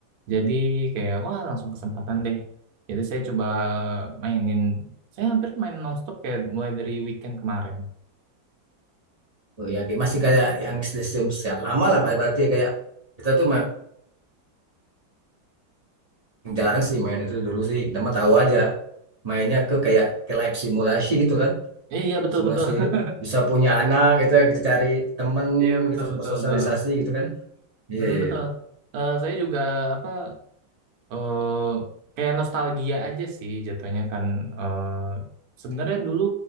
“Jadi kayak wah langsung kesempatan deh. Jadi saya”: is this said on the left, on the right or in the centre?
Right